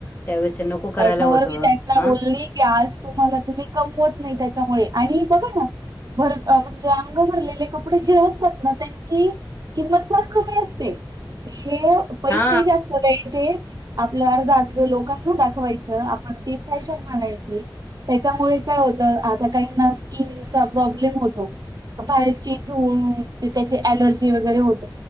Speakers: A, on the left; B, on the right.
A: त्यावेळेस ते नको
B: त्याच्यावर
A: करायला होतं
B: मी त्यांना
A: अ
B: बोलली की आज तुम्हाला तुम्ही कमवत नाही त्याच्यामुळे आणि बघा ना भर म्हणजे अंग भरलेले कपडे जे असतात ना त्यांची किंमत फार कमी असते ते पैसेही
A: हा
B: जास्त द्यायचे आपलं अर्ध अंग लोकांना दाखवाय वायच आप ते फशन म्हय त्याच्यामुळे काय होत आता काही स्किनचा प्रॉब्लेम होतो बाहेरची धूळ त्याची अलर्जी वगैरे होते